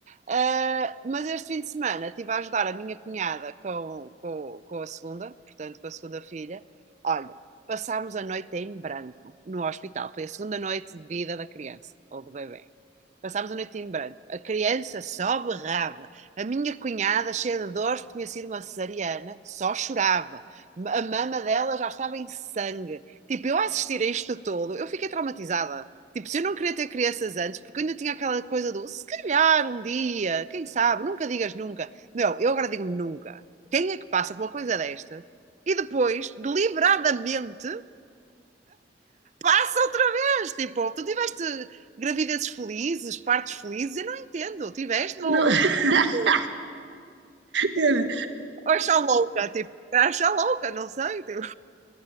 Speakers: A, on the right; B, on the right.
A: Ah, mas este fim de semana estive a ajudar a minha cunhada com, com, com a segunda, portanto, com a segunda filha. Olha, passámos a noite em branco no hospital. Foi a segunda noite de vida da criança ou do bebê. Passámos a noite em branco. A criança só berrava. A minha cunhada, cheia de dores, porque tinha sido uma cesariana, só chorava. A mama dela já estava em sangue. Tipo, eu a assistir a isto todo, eu fiquei traumatizada. Tipo, se eu não queria ter crianças antes, porque eu ainda tinha aquela coisa do se calhar um dia, quem sabe, nunca digas nunca. Não, eu agora digo nunca. Quem é que passa por uma coisa destas e depois, deliberadamente, passa outra vez? Tipo, tu tiveste gravidezes felizes, partos felizes, eu não entendo. Tiveste ou,
B: Não, <laughs>
A: ou,
B: Era-
A: ou achar louca, tipo, achar louca, não sei. Tipo,